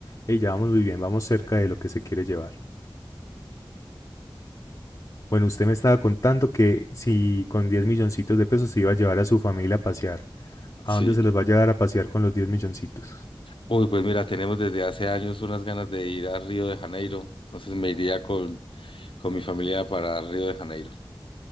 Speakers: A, on the left (about 45°); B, on the left (about 70°).
A: Y ya vamos muy bien, vamos cerca de lo que se quiere llevar. Bueno, usted me estaba contando que si con 10 milloncitos de pesos se iba a llevar a su familia a pasear,
B: Sí.
A: ¿a dónde se los va a llevar a pasear con los diez milloncitos?
B: Uy, pues mira, tenemos desde hace años unas ganas de ir a Río de Janeiro. Entonces me iría con, con mi familia para Río de Janeiro.